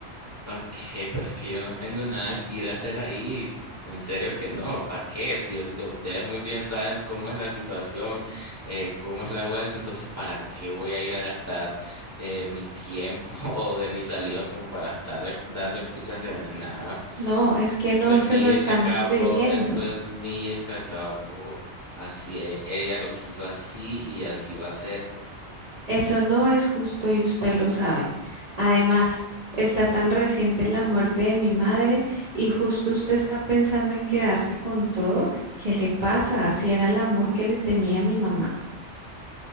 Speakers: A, on the left; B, on the right.
A: Ok, pero es que yo no tengo nada que ir a hacer ahí. En serio que no, ¿para qué? Si u- lo- ustedes muy bien saben cómo es la situación, eh, cómo es la vuelta, entonces ¿para qué voy a ir a gastar eh, mi tiempo <laughs> o de mi saliva como para estar rec- dando explicaciones? Nada,
B: No, es que
A: eso
B: no
A: es
B: se
A: mío
B: lo estamos
A: y se acabó,
B: pidiendo.
A: eso es mío y se acabó. Así e- ella lo quiso así y así va a ser.
B: Eso no es justo y usted lo sabe. Además, está tan reciente la muerte de mi madre y justo usted está pensando en quedarse con todo. ¿Qué le pasa? Así era el amor que le tenía a mi mamá.